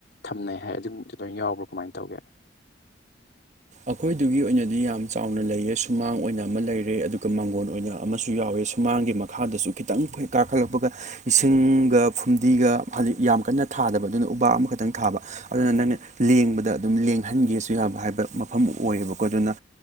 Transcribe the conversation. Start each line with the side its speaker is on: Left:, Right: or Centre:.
Left: ꯊꯝꯅꯩ ꯍꯥꯏ ꯑꯗꯨꯝ ꯑꯗꯨ ꯌꯥꯎꯕ꯭ꯔꯣ ꯀꯃꯥꯏꯅ ꯇꯧꯒꯦ
Right: ꯑꯩꯈꯣꯏꯗꯨꯒꯤ ꯑꯣꯏꯅꯗꯤ ꯌꯥꯝ ꯆꯥꯎꯅ ꯂꯩꯑꯦ ꯁꯨꯃꯥꯡ ꯑꯣꯏꯅ ꯑꯃ ꯂꯩꯔꯦ ꯑꯗꯨꯒ ꯃꯥꯡꯒꯣꯟ ꯑꯣꯏꯅ ꯑꯃꯁꯨ ꯌꯥꯎꯋꯦ ꯁꯨꯃꯥꯡꯒꯤ ꯃꯈꯥꯗꯁꯨ ꯈꯤꯇꯪ ꯍꯦꯛ ꯀꯥꯈꯠꯂꯛꯄꯒ ꯏꯁꯤꯡꯒ ꯐꯨꯝꯗꯤꯒ ꯍꯥꯏꯗꯤ ꯌꯥꯝ ꯀꯟꯅ ꯊꯥꯗꯕ ꯑꯗꯨꯅ ꯎꯄꯥꯛ ꯑꯃꯈꯛꯇꯪ ꯊꯥꯕ ꯑꯗꯨꯅ ꯅꯪꯅ ꯂꯦꯡꯕꯗ ꯑꯗꯨꯝ ꯂꯦꯡꯍꯟꯒꯦꯁꯨ ꯌꯥꯕ ꯍꯥꯏꯕ ꯃꯐꯝ ꯑꯣꯏꯌꯦꯕꯀꯣ ꯑꯗꯨꯅ